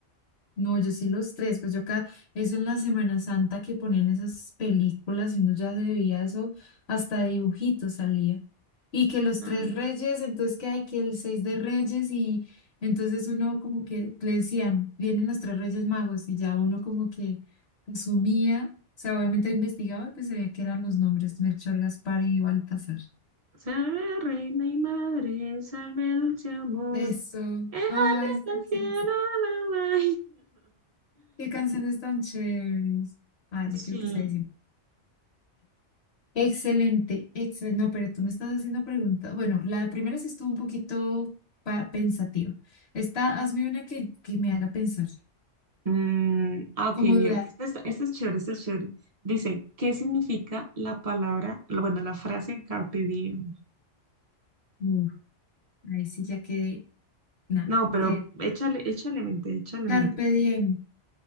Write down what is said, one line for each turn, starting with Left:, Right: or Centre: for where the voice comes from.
Left: No, yo sí los tres, pues yo acá, eso en la Semana Santa que ponían esas películas y uno ya se veía eso, hasta de dibujitos salía. Y que los
Right: Ay,
Left: tres reyes, entonces que hay que el seis de reyes y entonces uno como que le decían, vienen los tres reyes magos y ya uno como que asumía, o sea, obviamente investigaba, y pues se veía que eran los nombres Melchor, Gaspar y Baltasar.
Right: Salve reina y madre, salve dulce amor.
Left: Eso,
Right: Déjate
Left: ay, estas
Right: del cielo
Left: son-
Right: la
Left: qué canciones tan chéveres. Ay,
Right: <laughs>
Left: ya creo que se ha
Right: Sí,
Left: Excelente, excelente. No, pero tú me estás haciendo preguntas. Bueno, la primera sí estuvo un poquito pa- pensativa. Esta, hazme una que, que me haga pensar,
Right: Mm, ah, ok,
Left: como
Right: mira,
Left: dudar.
Right: esta está- esta es chévere, esta es chévere. Dice, ¿qué significa la palabra, bueno, la frase carpe diem?
Left: Uf, ahí sí ya quedé, nada,
Right: No, pero
Left: quedé.
Right: échale, échale mente, échale
Left: Carpe
Right: mente.
Left: diem.